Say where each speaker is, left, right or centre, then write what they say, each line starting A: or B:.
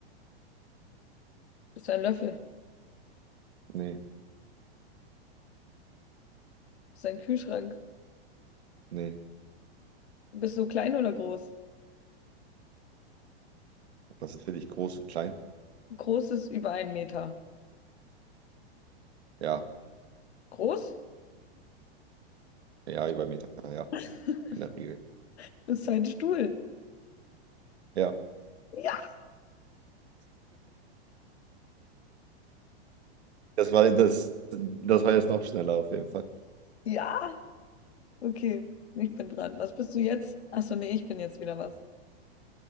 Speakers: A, on the left (about 80°); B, on the right (about 90°).
A: bist du ein Löffel?
B: nee,
A: Bist du ein Kühlschrank?
B: nee.
A: Bist du klein oder groß?
B: Was ist für dich groß und klein?
A: Groß ist über einen Meter.
B: Ja,
A: Groß?
B: ja, über einen Meter, ja,
A: <laughs>
B: in der Regel.
A: Bist du ein Stuhl?
B: Ja,
A: Ja.
B: das war das, das war jetzt noch schneller auf jeden Fall.
A: Ja. Okay, ich bin dran. Was bist du jetzt? Achso, nee, ich bin jetzt wieder was.